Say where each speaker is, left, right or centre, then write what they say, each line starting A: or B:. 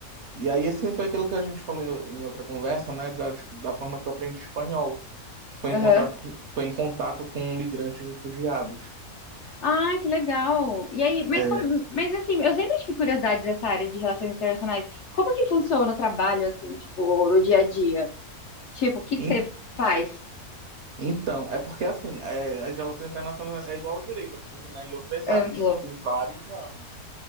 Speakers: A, on the right; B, on the left.
A: E aí, assim, foi aquilo que a gente falou em, em outra conversa, né? Da, da forma que eu aprendi espanhol, que foi
B: Aham.
A: em contrato, com- foi em contato com migrantes e refugiados.
B: Ah, que legal. E aí, mas
A: É.
B: como, mas assim, eu sempre tive curiosidade dessa área de relações internacionais. Como que funciona o trabalho assim, tipo, no dia a dia? Tipo, o que
A: En-
B: que você faz?
A: Então, é porque assim, é, as relações internacionais é igual ao direito, assim, né? E outras
B: Amplo,
A: áreas, assim, tem vários ramos.